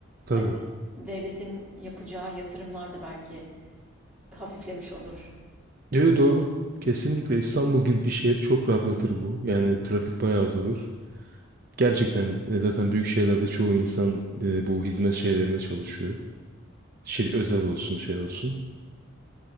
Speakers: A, on the right; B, in the centre.
A: Tabii.
B: Hani devletin yapacağı yatırımlar da belki hafiflemiş olur.
A: Evet doğru. Kesinlikle İstanbul gibi bir şehir çok rahatlatır bu. Yani trafik bayağı azalır. Gerçekten e, zaten büyük şehirlerde çoğu insan e, bu hizmet şeylerine çalışıyor. Şir özel olsun şey olsun.